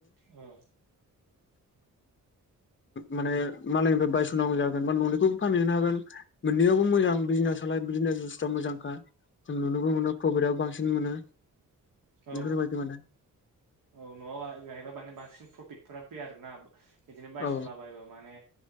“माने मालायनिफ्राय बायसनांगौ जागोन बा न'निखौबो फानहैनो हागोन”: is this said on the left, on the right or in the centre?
Left